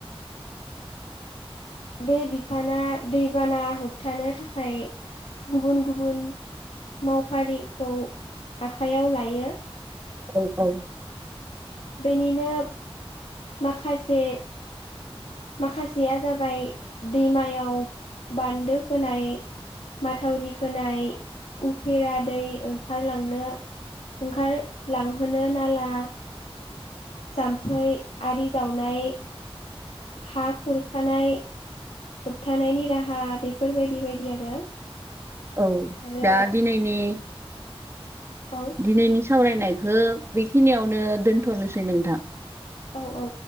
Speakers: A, on the left (about 75°); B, on the right (about 25°).
A: बे बिफाना दैबाना होबथानो थाखाय गुबुन गुबुन मावफारिखौ आखाइयाव लायो
B: औ औ
A: बेनिनो माखासे माखासेया जाबाय दैमायाव बान्दो होनाय माथावरि खोनाय उफेरा दै ओंखारलांनो ओंखारलांहोनो नाला जाम्फै आरि जावनाय हा खुरखानाय होबथानायनि राहा बेफोरबायदि बायदि आरो
B: औ
A: आरो
B: दा दिनैनि
A: औ
B: दिनैनि सावरायनायखौ बेखिनियावनो दोनथ'नोसै नोंथां
A: औ औ